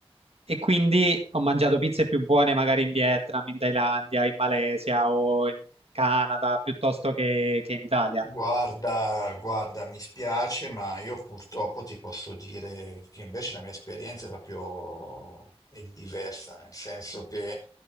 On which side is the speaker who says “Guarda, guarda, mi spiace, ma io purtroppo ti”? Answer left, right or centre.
Left